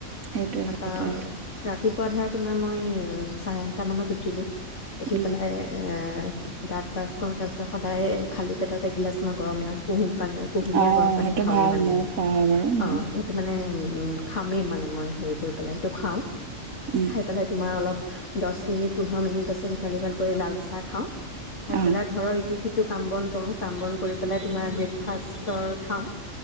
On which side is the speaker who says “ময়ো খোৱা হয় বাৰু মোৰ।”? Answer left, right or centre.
Right